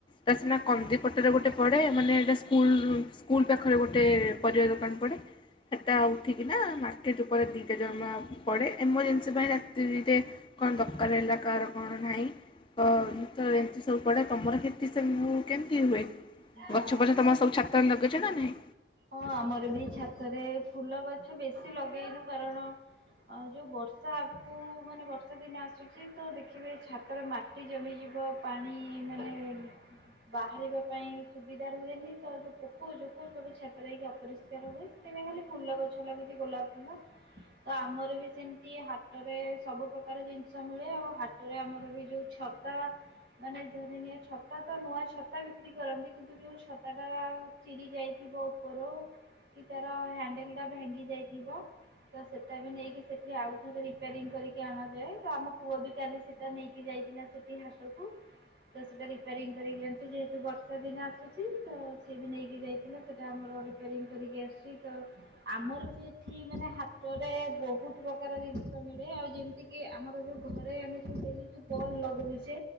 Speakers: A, on the left (about 30°); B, on the right (about 80°).
A: ତା ସିନା କନ୍ଦିପଟରେ ଗୋଟେ ପଡ଼େ ମାନେ ଏଇଟା ସ୍କୁଲ୍ ରୁ ସ୍କୁଲ ପାଖରେ ଗୋଟେ ପରିବା ଦୋକାନ ପଡ଼େ। ସେଟା ଉଠିକିନା ମାର୍କେଟ୍ ଉପରେ ଦୁଇଟା ଜମା ପଡ଼େ ଏମର୍ଜେନ୍ସି ପାଇଁ ରାତିରେ କଣ ଦରକାର ହେଲା କାହାର କଣ ନାହିଁ ଅ ତ ଏମିତି ସବୁ ପଡେ ତମର କିନ୍ତୁ ସେବୁ କେମିତି ହୁଏ?
B: ହଁ
A: ଗଛ ପଛ ତମର ସବୁ ଛାତରେ ଲଗେଇଛ ନା ନାହିଁ?
B: ହଁ ଆମର ବି ଛାତରେ ଫୁଲ ଗଛ ବେଶୀ ଲଗେଇନୁ କାରଣ ଆଉ ଯୋଉ ବର୍ଷା ଆଗକୁ ମାନେ ବର୍ଷା ବର୍ଷା ଦିନ ଆସୁଛି ତ ଦେଖିବେ ଛାତରେ ମାଟି ଜମିଯିବ ପାଣି ମାନେ ବାହାରିବା ପାଇଁ ସୁବିଧା ରୁହେନି ତ ଯୋଉ ପୋକ ଯୋକ ସବୁ ଛେ ତାର ହେଇକି ଅପରିଷ୍କାର ହୁଏ। ସେଥିପାଇଁ ଖାଲି ଫୁଲ ଗଛ ଲଗେଇଚି ଗୋଲାପ ଫୁଲ। ତ ଆମର ବି ସେମିତି ହାଟରେ ସବୁ ପ୍ରକାର ଜିନିଷ ମିଳେ ଆଉ ହାଟରେ ଆମର ବି ଯୋଉ ଛ ତା ମାନେ ଧରି ନିଅ ଛତା ତ ନୂଆ ଛତା ବିକ୍ରି କରନ୍ତି କିନ୍ତୁ ଯେଉ ଛତା ଟା ଚିରି ଯାଇଥିବ। ଉପର କି ତାର ହଣ୍ଡେଲ୍‌ ଟା ଭାଙ୍ଗି ଯାଇଥିବ। ତ ସେଟା ବି ନେଇକି ସେଠି ଆଉଥରେ ରିପ୍ୟାରିଙ୍ଗିକରିକି ଆଣାଯାଏ। ତ ଆମ ପୁଅ ବି କାଲି ସେଟା ନେଇକି ଯାଇଥିଲା। ସେଟି ହାଟ କୁ। ତ ସେଇଟା ରିପୋରିଂଙ୍ଗ କରିକି ଆଣିଛି। ଯେହେତୁ ବର୍ଷା ଦିନ ଆସୁଛି ତ ସିଏ ବି ନେଇକି ଯାଇଥିଲା ସେ ସେ ଆମର ରିପ୍ୟାରିଙ୍ଗି କରିକି ଆସିଛି ତ ଆମର ବି ଏଠି ମାନେ ହାଟରେ ବହୁତ ପ୍ରକାର ଜିନିଷ ମିଳେ ଆଉ ଯେମି ଚି କି ଆମର ଯୋଉ ଘରେ ଆମେ ଯୋଉ ଡେଲି ଯଉ ବଲ ଲଗାଉଛେ